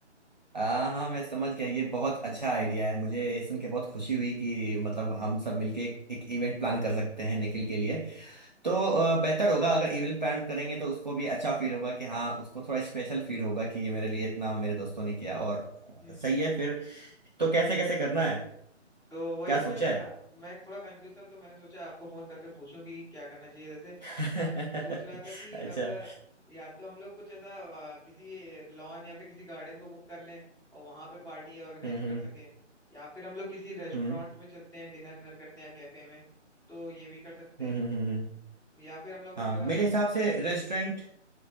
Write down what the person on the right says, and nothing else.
हाँ हाँ मैं समझ गया ये बहुत अच्छा आइडिया है मुझे ये सुन के बहुत खुशी हुई कि मतलब हम सब मिलके एक, एक इवेंट प्लान कर सकते हैं निखिल के लिए तो अ, बेहतर होगा अगर इवेंट प्लान करेंगे तो उसको भी अच्छा फील होगा कि हाँ उसको थोड़ा स्पेशल फील होगा कि ये मेरे लिए इतना मेरे दोस्तों ने किया और अ,
सही
है फिर तो कैसे कैसे करना है
क्या
सोचा है
<laughs>
अच्छा
हम्म
हम्म
हम्म
हम्म
हम्म हम्म, हम्म।
हाँ
मेरे
हिसाब से रेस्टोरेंट